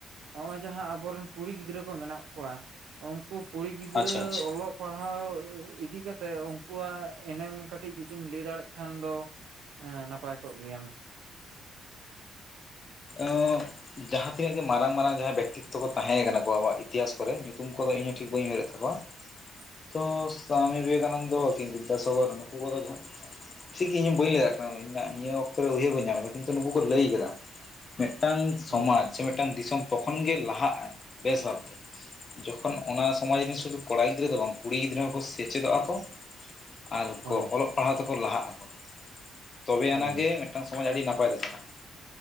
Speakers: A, on the right; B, on the left.
A: ᱦᱚᱸᱜᱼᱚᱭ ᱡᱟᱦᱟᱸ ᱟᱵᱚᱨᱮᱱ ᱠᱩᱲᱤ ᱜᱤᱫᱽᱨᱟᱹ ᱠᱚ ᱢᱮᱱᱟᱜ ᱠᱚᱣᱟ, ᱩᱱᱠᱩ ᱠᱩᱲᱤ ᱜᱤᱫᱽᱨᱟᱹ
B: ᱟᱪᱪᱷᱟ ᱟᱪᱪᱷᱟ
A: ᱚᱞᱚᱜ ᱯᱟᱲᱦᱟᱣ ᱤᱫᱤ ᱠᱟᱛᱮ ᱩᱱᱠᱩᱣᱟᱜ ᱮᱱᱮᱢ ᱠᱟᱹᱴᱤᱡ ᱡᱩᱫᱤᱢ ᱞᱟᱹᱭ ᱫᱟᱲᱮᱜ ᱠᱷᱟᱱ ᱫᱚ ᱮᱸ ᱱᱟᱯᱟᱭ ᱠᱚᱜ ᱜᱮᱭᱟᱢ᱾
B: ᱚᱸᱜ, ᱡᱟᱦᱟᱸ ᱛᱤᱱᱟᱹᱜ ᱜᱮ ᱢᱟᱨᱟᱝ ᱢᱟᱨᱟᱝ ᱡᱟᱦᱟᱸᱭ ᱵᱮᱠᱛᱤ ᱛᱚᱠᱚ ᱛᱟᱦᱮᱸ ᱠᱟᱱᱟ ᱟᱵᱣᱟᱜ ᱤᱛᱤᱦᱟᱥ ᱠᱚᱨᱮ ᱧᱩᱛᱩᱢ ᱠᱚᱫᱚ ᱤᱧ ᱦᱚᱸ ᱴᱷᱤᱠ ᱵᱟᱹᱧ ᱩᱭᱦᱟᱹᱨ ᱮᱫ ᱛᱟᱠᱚᱣᱟ ᱾
A: <unintelligible>
B: ᱛᱚ ᱥᱟᱢᱤ ᱵᱤᱵᱮᱠᱟᱱᱚᱱᱫᱚ ᱠᱤ ᱵᱤᱫᱫᱟᱥᱟᱜᱚᱨ ᱱᱚᱠᱩ ᱠᱚᱫᱚ ᱡᱚ ᱴᱷᱤᱠ ᱤᱧ ᱦᱚᱸ ᱵᱟᱹᱧ ᱞᱟᱹᱭ ᱫᱟᱲᱮᱭᱟᱜ ᱠᱟᱱᱟ ᱤᱧᱟᱜ ᱱᱤᱭᱟᱹ ᱚᱠᱛᱚ ᱨᱮ ᱩᱭᱦᱟᱹᱨ ᱵᱟᱹ ᱧᱟᱢ ᱮᱫᱟ ᱠᱤᱱᱛᱩ ᱱᱩᱠᱩ ᱠᱚ ᱞᱟᱹᱭ ᱠᱮᱫᱟ᱾ ᱢᱤᱫᱴᱟᱝ
A: ᱦᱳᱭ
B: ᱥᱚᱢᱟᱡᱽ ᱢᱤᱫᱴᱟᱝ ᱫᱤᱥᱚᱢ ᱛᱚᱠᱷᱚᱱ ᱜᱮ ᱞᱟᱦᱟᱜ ᱟᱭ ᱵᱮᱥ ᱵᱷᱟᱵᱛᱮ, ᱡᱚᱠᱷᱚᱱ ᱚᱱᱟ ᱥᱚᱢᱟᱡᱽ ᱨᱮᱱ ᱥᱩᱫᱷᱩ ᱠᱚᱲᱟ ᱜᱤᱫᱽᱨᱟᱹ ᱫᱚ ᱵᱟᱝ ᱠᱩᱲᱤ ᱜᱤᱫᱽᱨᱟᱹ ᱦᱚᱸᱠᱚ ᱥᱮᱪᱮᱫᱚᱜ-ᱟ ᱠᱚ ᱟᱨ
A: ᱦᱳᱭ
B: ᱠᱚ ᱚᱞᱚᱜ ᱯᱟᱲᱦᱟᱣ ᱛᱮᱠᱚ ᱞᱟᱦᱟ ᱟᱠᱚ ᱛᱚᱵᱮ
A: ᱦᱳᱭ
B: ᱟᱱᱟᱜ ᱜᱮ ᱢᱤᱫᱴᱟᱝ ᱥᱚᱢᱟᱡᱽ ᱟᱹᱰᱤ ᱱᱟᱯᱟᱭ ᱛᱮ ᱪᱟᱞᱟᱜ᱾